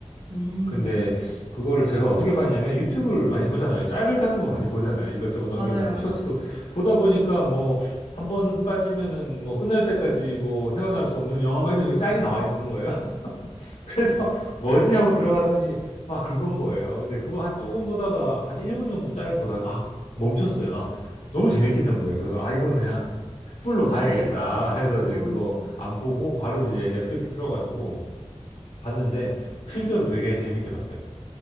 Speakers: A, on the right; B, on the left.
A: 음,
B: 근데 그거를 제가 어떻게 봤냐면 유튜브를 많이 보잖아요. 짤 같은 거 많이 보잖아요. 이것저것 넘겨보면
A: 맞아요.
B: 쇼츠도 보다 보니까 뭐 한 번 빠지면은 뭐 끝날 때까지 뭐 헤어날 수 없는 영화 막 이런 식으로 짤이 나와 있는 거예요. <laughs> 그래서 뭐지 하고 들어갔더니 막 그건 거예요. 근데 그거 한 조금 보다가 한 1분 정도 짤 보다가 아 멈췄어요. 아 너무 재밌겠는 거예요. 그래서 아 이건 그냥 풀로 봐야겠다
A: 봐야 되겠다.
B: 해서
A: 어,
B: 이제 그거 안 보고 바로 이제 넷플릭스 틀어가지고 봤는데 실제로 되게 재밌게 봤어요.